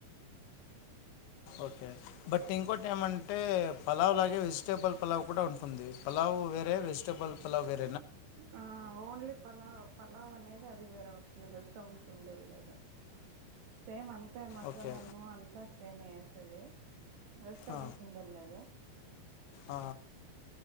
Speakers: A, on the left; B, on the right.
A: ఓకే బట్ ఇంకోటి ఏమంట అంటే పలా్ లాగే వెజటేబుల్ పలావ్ కూడా ఉంటుంది ఉంది పలావ్ వేరే వెజిటబల్ పలావ్ వేరే
B: ఆ ఓన్లీ పలావ్ పలావ్ అనేది అది వేరే వస్తుంది వెజిటేబుల్స్ ఉండేది లేదా సేమ్ అంత మే మసాలాను
A: ఓకే
B: అంతా సేమే తదే వెజిటబుల్స్
A: ఆ,
B: ఉండేది లేద
A: ఆ,